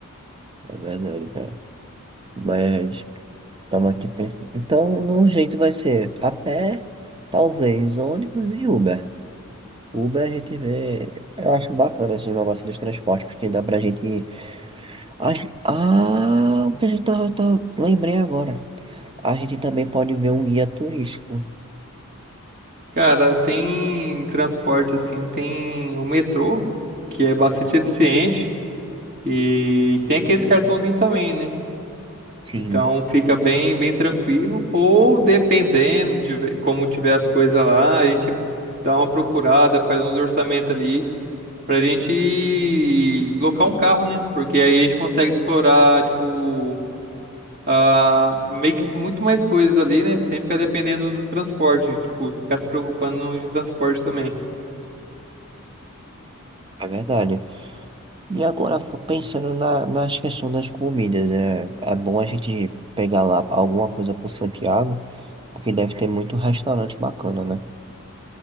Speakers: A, on the right (about 20°); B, on the right (about 40°).
A: é verdade, cara. Mas estamos aqui pensando. Então, no jeito vai ser a pé, talvez ônibus e Uber. O Uber a gente vê. Eu acho bacana esse negócio dos transportes, porque dá pra gente. Acho- Ah, o que a gente tá, tá- Lembrei agora. A gente também pode ver um guia turístico.
B: Cara, tem transporte assim, tem o metrô, que é bastante eficiente, e tem aqueles cartãozinho também, né?
A: Sim,
B: Então fica bem, bem tranquilo. Ou dependendo de ve- como tiver as coisas lá, a gente dá uma procurada, faz uns orçamentos ali pra gente locar um carro, né? Porque aí a gente consegue explorar, tipo, ah, meio que muito mais coisas ali, né? Sem ficar dependendo do transporte, tipo, ficar se preocupando de transporte também.
A: é verdade. E agora, fa- pensando na, nas questões das comidas, é, é bom a gente pegar lá alguma coisa por Santiago, porque deve ter muito restaurante bacana, né?